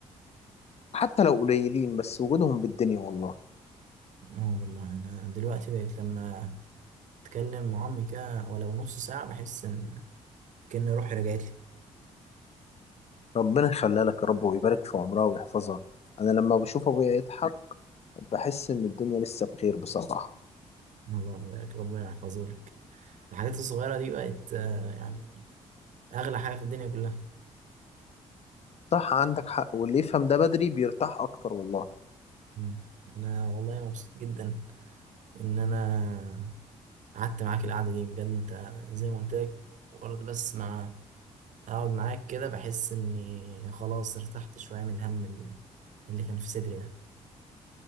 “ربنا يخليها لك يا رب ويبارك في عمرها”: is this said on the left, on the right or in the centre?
Left